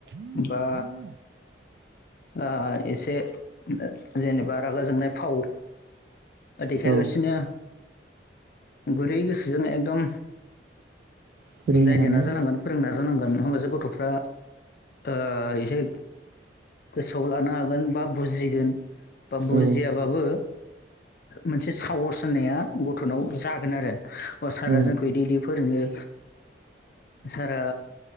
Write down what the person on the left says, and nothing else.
बा आ एसे जेनेबा रागा जोंनाय फाव देखायालासिनो
गुरै गोसोजों एकदम
बुजायनो
ना जानांगोन फोरोंनो नाजानांगोन होमबासो गथ'फ्रा ओ इसे गोसोआव लानो हागोन बा बुजिगोन बा बुजियाबाबो
मोनसे साहस होना गथ'नाव जागोन आरो अह सारा
जोंखौ बिदि इदि फोरोङो सारा